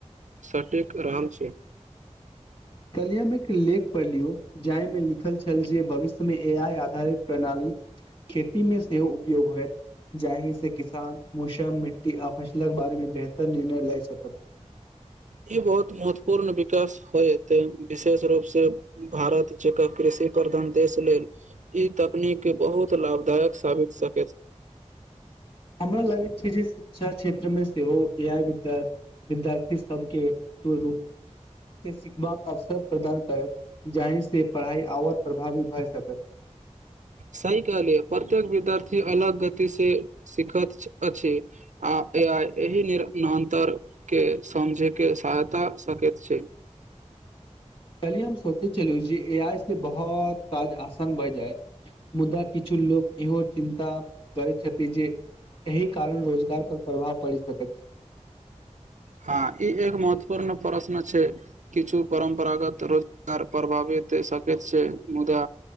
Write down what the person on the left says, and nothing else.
कलियम एक लेख पढ़ लियौ, जाहिमे लिखल छल जे भविष्य मे एआइ आधारित प्रणाली खेती मे सेहो उपयोग होयत जाहि से किसान मौसम, मिट्टी, आ फसलक बारे मे बेहतर निर्णय लए सकत।
हमरा लागै शिक्षा क्षेत्र मे सेहो एआई विद्या विद्यार्थी सबके व्यक्तित्व रूप से सिखबाक अवसर प्रदान करत, जाहिसँ पढ़ाइ आओर प्रभावी भए सकत
कहल्ियै हम सोचै छलहुँ जे एआइ सँ बहुत काज आसान भए जायत, मुदा किछु लोक इहो चिन्ता करैत छथिन जे एहि कारण रोजगार पर प्रभाव पड़ी सक छी